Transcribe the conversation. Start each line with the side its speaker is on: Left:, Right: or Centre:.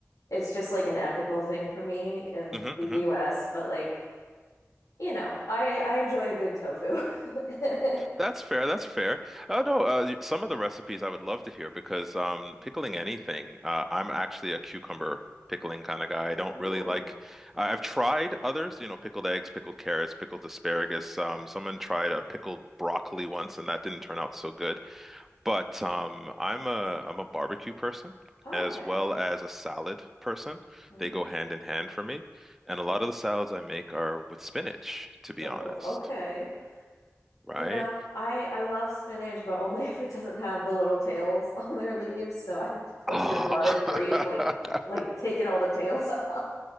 Left: it's just like an ethical thing for me in
Centre: hmm
Left: the US, but like, you know, I I enjoy a good tofu. <laughs>
Centre: That's fair. That's fair. Oh no, uh, y- some of the recipes I would love to hear because um, pickling anything, uh, I'm actually a cucumber pickling kind of guy. I don't
Left: Oh,
Centre: really like. I- I've tried others, you know, pickled eggs, pickled carrots, pickled asparagus. Um, someone tried a pickled broccoli once, and that didn't turn out so good. But um, I'm a I'm a barbecue person
Left: okay.
Centre: as well as a salad person.
Left: Mm.
Centre: They go hand in hand for me, and a lot of the salads I make are with spinach, to be
Left: Oh,
Centre: honest.
Left: okay.
Centre: Right?
Left: You know, I I love spinach, but only <laughs> if it doesn't have the little tails <laughs> on their leaves, so I have to go
Centre: Ah,
Left: through a lot of grief like
Centre: <laughs>
Left: like taking all the tails <laughs>